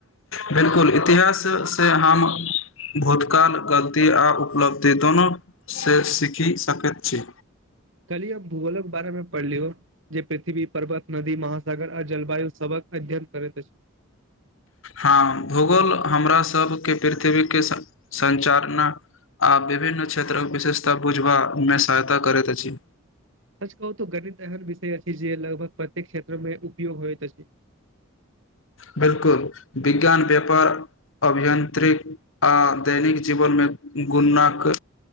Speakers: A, on the left; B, on the right.
A: बिलकुल इतिहास से हम भूतकाल ग। ये आ उपलब्धि दोनोू। <unintelligible> से सीखि सकैत छी।
B: कली हम भूगोल के बारेमे पढ़लियौ जे पृथ्वी पर्वत नदी महासागर आ जलवायु सबक अध्ययन करैत अछि। <unintelligible>
A: हँ भूगोल हमरासके पृथ्वीके -सञ्चालना आ विभिन्न क्षेत्रक विशेषता बुझबामे सहायता करैत अछि।
B: सच कहू त गणित एहन विषय छै जे लगभग प्रत्येक क्षेत्र मे उपयोग होइतइत छै। <unintelligible>
A: बिल्कुल विज्ञान व्यापार अभियन्त्रिक आ दैनिक जीवनमे गुणाक-